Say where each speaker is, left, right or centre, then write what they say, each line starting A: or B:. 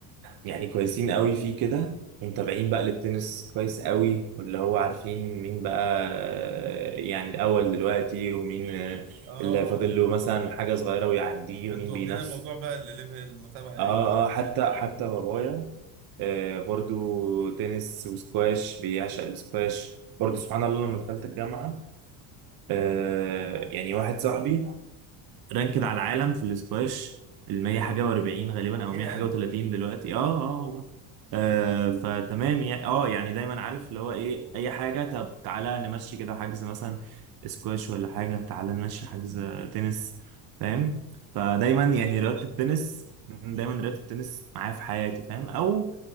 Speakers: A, on the right (about 55°); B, on the right (about 70°).
A: يعني كويسين قوي فيه كده ومتابعين بقى للتنس كويس قوي واللي هو عارفين مين بقى آه، يعني الاول دلوقتي ومين آه،
B: اه
A: اللي فاضل له مثلا حاجة صغيرة ويعديه
B: انتوا
A: ومين بينافس
B: واخدين الموضوع بقى لليفل المتابعة يعني
A: اه اه حتى حتى بابايا آه، برضو تنس وسكواش بيعشق السكواش برضو سبحان الله لما دخلت الجامعة آه، يعني واحد صاحبي رانكد على العالم في السكواش المية حاجة واربعين غالبا أو
B: يا
A: مية حاجة وتلاتين دلوقتي اه اه والله آه
B: يا
A: فتمام يعني اه يعني دايما عارف اللي هو ايه اي حاجة طب تعالى نمشي كده حجز مثلا سكواش ولا حاجة تعالى نمشي حجز تنس فاهم فدايما
B: فنانة
A: يعني
B: صدقني
A: رياضة التنس دايما
B: مم.
A: رياضة التنس معايا في حياتي فاهم او